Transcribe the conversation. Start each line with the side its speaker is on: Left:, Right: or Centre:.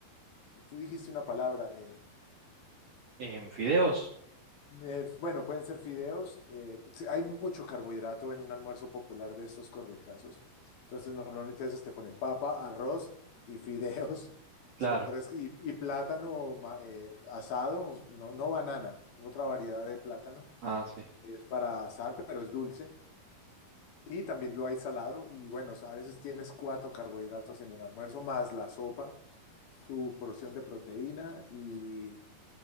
Left: tú dijiste una palabra, eh,
Right: ¿En fideos?
Left: Eh, bueno, pueden ser fideos. eh, sí, hay mucho carbohidrato en un almuerzo popular de estos corrientazos. Entonces, normalmente a veces te ponen papa, arroz y fideos.
Right: Claro.
Left: Son tres. Y, y plátano ma- eh, asado, no, no banana, otra variedad de plátano
Right: Ah, sí.
Left: que es para asar, pero es dulce. Y también lo hay salado. Y bueno, a veces tienes cuatro carbohidratos en el almuerzo, más la sopa, tu porción de proteína y